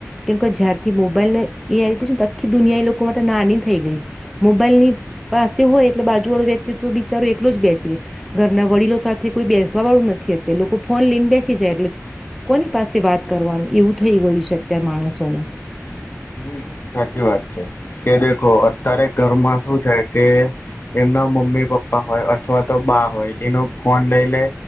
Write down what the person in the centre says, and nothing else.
કેમકે જ્યારથી મોબાઈલને એ આવી છે, આખી દુનિયા એ લોકો માટે નાની થઈ ગઈ છે. મોબાઈલ ની પાસે હોય એટલે બાજુ વાળું વ્યક્તિત્વ તો બિચારો એકલો જ બેસી રહે. ઘરના વડીલો સાથે કોઈ બેસ વાવાળું નથી અત્યારે, લોકો ફોન લઈને બેસી જાય એટલે કોની પાસે વાત કરવાનું એવું થઈ ગયેલું છે અત્યારે માણસોને.